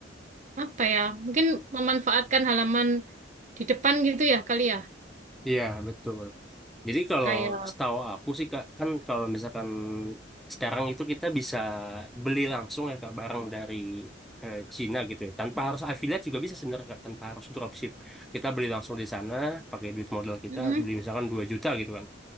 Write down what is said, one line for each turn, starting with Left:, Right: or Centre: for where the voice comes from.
Right: apa ya, mungkin memanfaatkan halaman di depan gitu ya kali ya,
Centre: Iya, betul. Jadi kalau
Right: kayak
Centre: setahu aku sih Kak, kan kalau misalkan sekarang itu kita bisa beli langsung ya Kak barang dari eh, Cina gitu ya. Tanpa harus affiliate juga bisa sebenarnya Kak, tanpa harus dropship. Kita beli langsung di sana pakai duit modal kita
Right: Mm-mm.
Centre: beli misalkan 2 juta gitu kan.